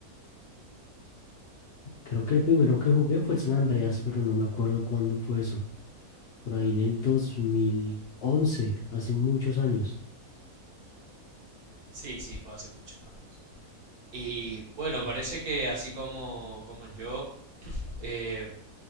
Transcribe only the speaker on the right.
Sí, sí, fue hace muchos años. Y bueno, parece que así como, como yo, eh,